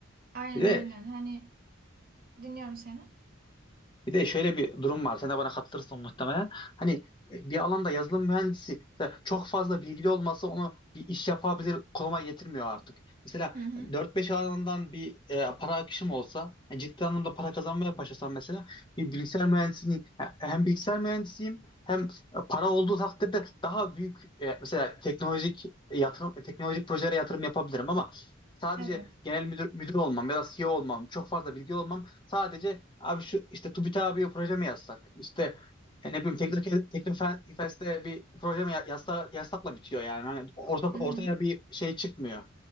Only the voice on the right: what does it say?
Aynen
aynen. Hani Dinliyorum seni.
Hı hı.
Evet.
Hı hı.